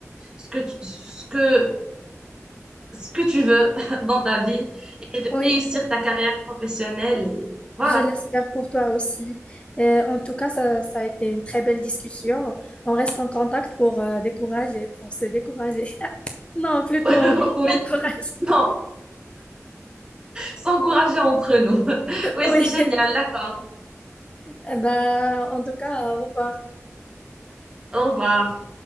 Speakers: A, on the right (about 15°); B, on the left (about 20°).
A: ce que tu- ce que, euh, ce que tu veux <laughs> dans ta vie et de
B: Oui,
A: réussir ta carrière professionnelle et voilà.
B: je l'espère pour toi aussi. Euh, en tout cas, ça, ça a été une très belle discussion. On reste en contact pour euh, décourager, pour se décourager. <laughs> Non, plutôt
A: <laughs>
B: <laughs>
A: Oui,
B: encourage.
A: non, s'encourager entre nous. <laughs> Oui,
B: Oui.
A: c'est génial, d'accord.
B: Eh ben, en tout cas, au revoir.
A: Au revoir.